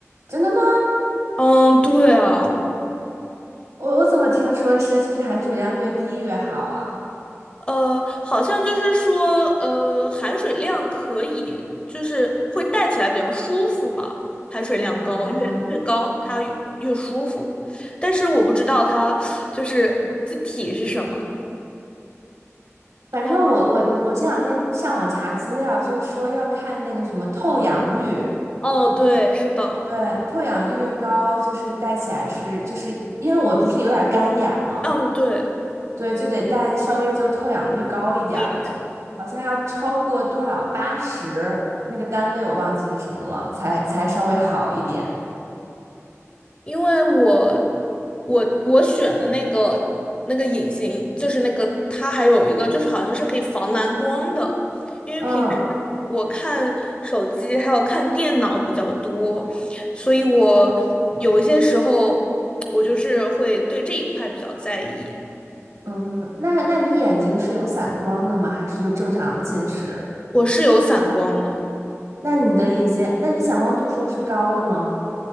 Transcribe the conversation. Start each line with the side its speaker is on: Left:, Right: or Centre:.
Right: 真的吗？
Left: 嗯，对啊。
Right: 我我怎么听说是就是含水量越低越好啊？
Left: 呃，好像就是说，呃，含水量可以，就是会戴起来比较舒服吧。含水量高，
Right: 嗯，
Left: 越越高它越越舒服。但是我不知道它就是字体是什么。
Right: 反正我我我这两天上网查资料，
Left: 啊
Right: 就是说要看那个什么透氧率，
Left: 哦，对，是的，
Right: 对，透氧率越高，就是戴起来是就是因为我不是有点干眼嘛，
Left: 嗯，对，
Right: 对，就得戴稍微就透氧率高一点儿，
Left: 有一点。
Right: 就好像要超过多少八十那个单位我忘记是什么了，才才稍微好一点。
Left: 因为我我我选的那个那个隐形，就是那个它还有一个就是好像是可以防蓝光的，因为平时我看手机还有看电脑比较多，
Right: 嗯，
Left: 所以我有一些时候我就是会对这一块比较在意。
Right: 嗯，那那你眼睛是有散光的吗？还是就正常近视？
Left: 我是有散光的。
Right: 那你的隐形，那你散光度数是高的吗？